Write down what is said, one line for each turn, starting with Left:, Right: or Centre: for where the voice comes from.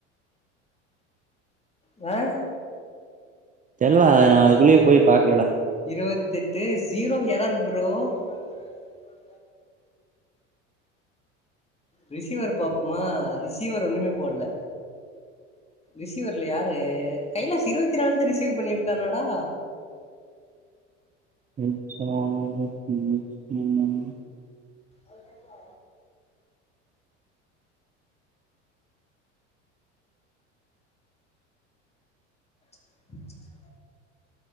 Left: லே அ
Right: தெரியலதுடா நா அதுக்குள்ளயே போய் பாக்
Left: இருவத்தெட்டு ஜீரோ எரர் ப்ரோ ப ப ரிசீவர் பாப்போமா ரிசீவர் ஒண்ணுமே போடல ரிசீவர்ல யாரு கைலாசு இருவத்தி நாலு ரிசீவ் பண்ணிருக்கானடா
Right: <unintelligible>
Left: அது ஆ அ ச் ச்